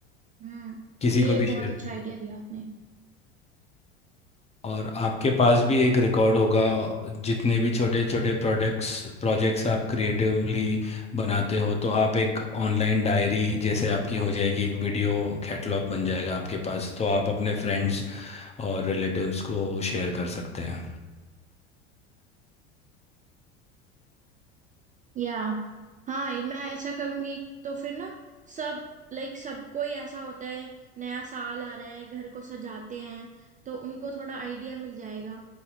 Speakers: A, on the right; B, on the left.
A: हम्म
B: किसी
A: ये
B: को भी
A: बहुत
B: शेयर
A: अच्छा आइडिया दिया आपने
B: और आपके पास भी एक रिकॉर्ड होगा जितने भी छोटे छोटे प्रोडक्ट्स प्रोजेक्ट्स आप क्रिएटिवली बनाते हो तो आप एक ऑनलाइन डायरी जैसे आपकी हो जाएगी एक वीडियो कैटलॉग बन जाएगा आपके पास तो आप अपने फ्रेंड्स और रिलेटिव्स को शेयर कर सकते हैं
A: या हाँ ये मैं ऐसा करूंगी तो फिर ना सब लाइक सबको ही ऐसा होता है नया साल आ रहा है घर को सजाते हैं तो उनको थोड़ा आइडिया मिल जाएगा